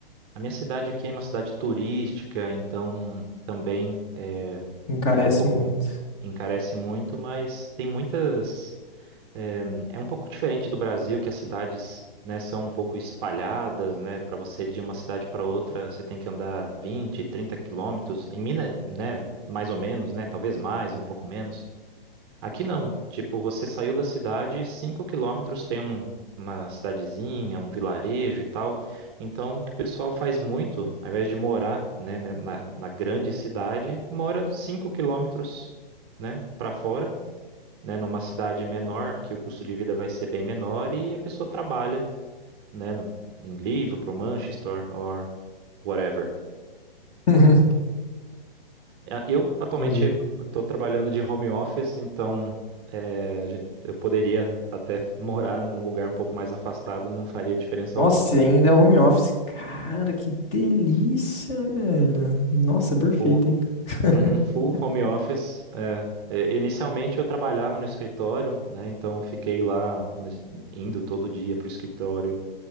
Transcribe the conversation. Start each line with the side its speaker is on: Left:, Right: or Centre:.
Right: A minha cidade aqui é uma cidade turística, então também é,
Left: Encarece
Right: é um pouco,
Left: muito.
Right: encarece muito, mas tem muitas. É, é um pouco diferente do Brasil, que as cidades, né, são um pouco espalhadas, né? Para você ir de uma cidade para outra, você tem que andar 20, 30 quilômetros. Em Minas, né, mais ou menos, né? Talvez mais, um pouco menos. Aqui não. Tipo, você saiu da cidade, 5 quilômetros tem um- uma cidadezinha, um vilarejo e tal. Então, o que o pessoal faz muito, ao invés de morar, né, né, na, na grande cidade, mora 5 quilômetros, né, para fora, né, numa cidade menor, que o custo de vida vai ser bem menor e a pessoa trabalha, né, no- em Liverpool, Manchester or whatever.
Left: <laughs>
Right: É, Eu atualmente
Left: Entendi.
Right: estou trabalhando de home office, então é, a gen- eu poderia até morar num lugar um pouco mais afastado, não faria diferença
Left: Nossa,
Right: alguma.
Left: e ainda é home office. Cara, que delícia, velho. Nossa, perfeito,
Right: Full,
Left: hein? <laughs>
Right: uhum, full home office. é. É, inicialmente eu trabalhava no escritório, né? Então fiquei lá no es- indo todo dia para o escritório,